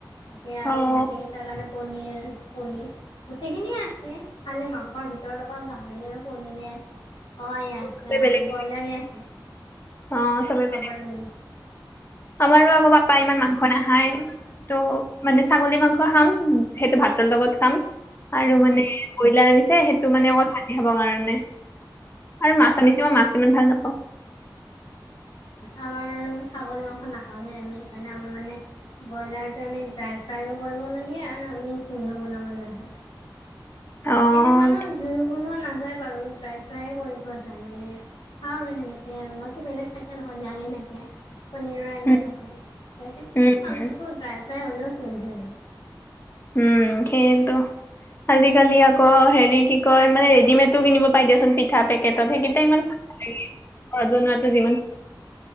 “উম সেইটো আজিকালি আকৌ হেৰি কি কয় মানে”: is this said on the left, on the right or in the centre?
Left